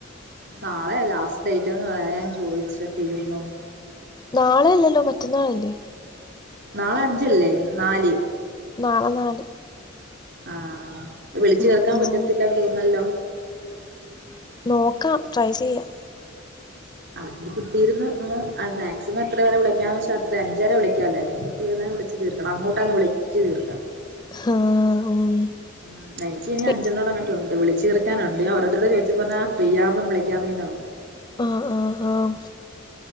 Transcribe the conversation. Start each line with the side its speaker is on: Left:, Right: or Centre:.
Right: നാളെയാ ലാസ്റ്റ് ഡേറ്റെന്ന് പറഞ്ഞെ അതാ ഞാൻ ചോയ്ച്ചെ തീർന്നോന്ന്
Left: നാളെ അല്ലല്ലോ മറ്റന്നാളല്ലേ
Right: നാളെ അഞ്ചല്ലേ നാല്
Left: നാളെ നാല്
Right: ആഹ് വിളിച്ചു
Left: ഉം
Right: കേൾക്കാൻ
Left: ഉം
Right: പറ്റത്തില്ലന്ന് തോന്നല്ലോ.
Left: നോക്കാം ട്രൈ ചെയ്യാം.
Right: ആഹ് കുത്തിയിര്ന്ന് മാക്സിമം എത്രെ പേരെ വിളിക്കാന്ന് വെച്ച അത്രെ അഞ്ചേരെ വിളിക്കാല്ലാരും തീർന്നാ വിളിച്ച് തീർക്കണം അങ്ങോട്ടങ്ങ് വിളിച്ച് തീർക്കണം
Left: ഹാഹ് ഉം
Right: ഉം എൻക്ക്നി
Left: പി
Right: അഞ്ചെണ്ണ <unintelligible> അങ്ങോട്ട്ണ്ട് വിളിച്ചു തീർക്കാനുണ്ട് ഓരുത്തരോട് ചോദിച്ചപ്പ താ ഫ്രിയാവ്മ്പം വിളിക്കാന്ന്ങ്ങെനാവും
Left: ആഹ് ആഹ് ആഹ്